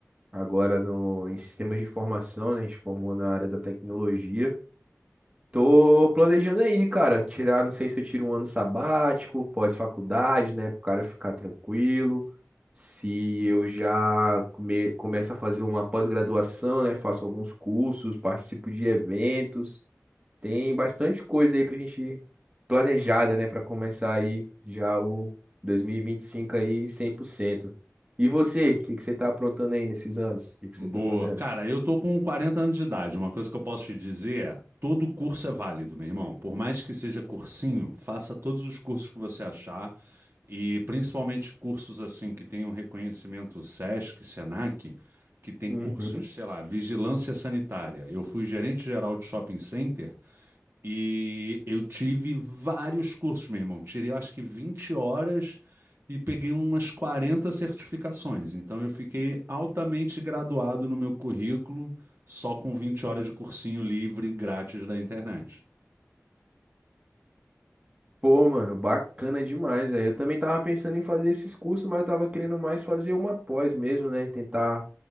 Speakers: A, on the right; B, on the right.
A: agora no, em sistemas de informação, né? A gente formou na área da tecnologia. Tô planejando aí, cara, tirar, não sei se eu tiro um ano sabático, pós-faculdade, né, pro cara ficar tranquilo. Se eu já come, começo a fazer uma pós-graduação, né, faço alguns cursos, participo de eventos. Tem bastante coisa aí pra gente planejada, né, Pra começar aí já o dois mil e e vinte e cinco aí cem por cento E você,
B: B-
A: o que que você tá aprontando aí nesses anos? O que que
B: Boa.
A: você tá fazendo?
B: Cara, eu tô com 40 anos de idade. Uma coisa que eu posso te dizer é, todo curso é válido, meu irmão. Por mais que seja cursinho, faça todos os cursos que você achar e principalmente cursos assim que tenham reconhecimento SESC, SENAC, que tem
A: Uhum.
B: cursos, sei lá, vigilância sanitária. Eu fui gerente geral de shopping center E eu tive vários cursos, meu irmão. Tirei, eu acho que 20 horas e peguei umas 40 certificações. Então, eu fiquei altamente graduado no meu currículo, só com 20 horas de cursinho livre grátis da internet.
A: Pô, mano, bacana demais, aí. Eu também tava pensando em fazer esses cursos, mas eu tava querendo mais fazer uma pós mesmo, né? Tentar